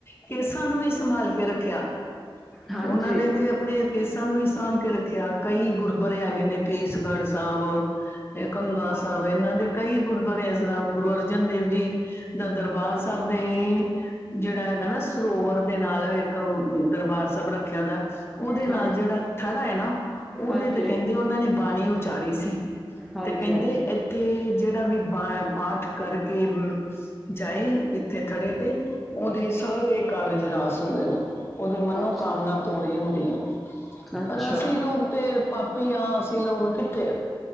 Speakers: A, on the left; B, in the centre.
A: ਕੇਸਾਂ ਨੂੰ ਵੀ ਸੰਭਾਲ ਕੇ ਰੱਖਿਆ
B: ਹਾਂਜੀ,
A: ਉਹਨਾਂ ਨੇ ਆਪਣੇ ਕੇਸਾਂ ਨੂੰ ਵੀ ਸਾਂਭ ਕੇ ਰੱਖਿਆ ਕਈ ਗੁਰਦੁਆਰੇ ਹੈਗੇ ਨੇ ਕੇਸਗੜ੍ਹ ਸਾਹਿਬ। ਤੇ ਕੰੰਗਾ ਸਾਹਿਬ ਇਹਨਾਂ ਦੇ ਕਈ ਗੁਰਦੁਆਰੇ ਇਸ ਤਰਾਂ ਗੁਰੂ ਅਰਜਨ ਦੇਵ ਜੀ। ਦਾ ਦਰਬਾਰ ਸਾਹਿਬ ਦੇ ਜੇੜਾ ਹੈਗਾ ਨਾ ਸਰੋਵਰ ਦੇ ਨਾਲ ਇੱਕ ਦਰਬਾਰ ਸਾਹਿਬ ਰੱਖਿਆ ਦਾ ਉਹਦੇ
B: ਹਾਂਜੀ।
A: ਨਾਲ ਜੇੜਾ ਥੜਾ ਹੈ ਨਾ ਉਹਦੇ
B: ਹਾਂਜੀ,
A: ਤੇ ਕੈਂਦੇ ਉਹਨਾਂ ਨੇ ਬਾਣੀ ਉਚਾਰੀ ਸੀ।
B: ਹਾਂਜੀ,
A: ਤੇ ਕੈਂਦੇ
B: ਹਾਂਜੀ
A: ਇੱਥੇ ਜੇੜਾ ਵੀ ਪ ਪਾਠ ਕਰਕੇ ਜਾਏ ਇੱਥੇ ਥੜੇ ਤੇ' ਉਹਦੇ ਸ ਤੇ ਕਾਰਜ ਰਾਸ ਹੁੰਦੇ ਨੇ। ਉਹਦੀ ਮਨੋਕਾਮਨਾ
B: ਅੱਛਾ,
A: ਪੂਰੀ ਹੁੰਦੀ ਆ
B: ਅੱਛਾ
A: ਪਰ ਅਸੀਂ ਲੋਕ ਤੇ ਪਾ ਪੀ ਹਾਂ ਅਸੀਂ ਲੋਕ ਕਿੱਥੇ